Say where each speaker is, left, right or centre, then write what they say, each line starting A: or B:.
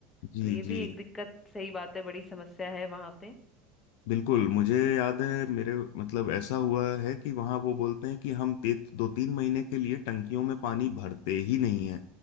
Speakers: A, on the left (about 70°); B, on the left (about 25°).
A: जी
B: तो ये
A: जी
B: भी एक दिक्कत सही बात है बड़ी समस्या है वहाँ पे
A: बिल्कुल मुझे याद है मेरे मतलब ऐसा हुआ है कि वहाँ वो बोलते हैं कि हम ते, दो तीन महीने के लिए टंकियों में पानी भरते ही नहीं है